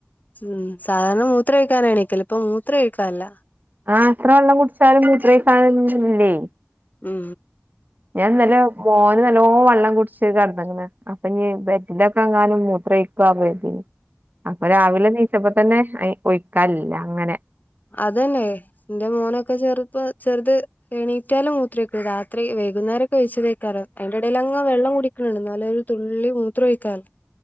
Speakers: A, on the left; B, on the right.
A: ഉം സാധാരണ മൂത്രം ഒഴിക്കാനാ എണീക്കല് ഇപ്പം മൂത്രം ഒഴിക്കലില്ല
B: ആഹ് എത്ര വെള്ളം കുടിച്ചാലും മൂത്ര ഒഴിക്കാനൊന്നുമില്ലേ
A: ഉം
B: ഞാൻ ഇന്നലെ മോന് നല്ലോ വെള്ളം കുടിച്ച് കിടന്നേക്കണ് അപ്പൊ ഇഞ്ഞി ബെഡിൽ ഒക്കെ എങ്ങാനും മൂത്രം ഒഴിക്കുവോ ആവോ കരുതീനി അപ്പൊ രാവിലെ എണീറ്റപ്പോ തന്നെ ഒഴിക്കാനില്ല അങ്ങനെ
A: അതന്നെ എന്റെ മോനൊക്കെ ചെറുപ്പ ചെറുത് എണീറ്റാലും മൂത്രം ഒഴിക്കില്ല രാത്രി വൈകുന്നേരൊക്കെ ഒഴിച്ചതാക്കരം അതിന്റെ ഇടയിൽ അങ്ങ് വെള്ളം കുടി ക്കണുണ്ട് എന്നാല് ഒരു തുള്ളി മൂത്രം ഒഴിക്കാറില്ല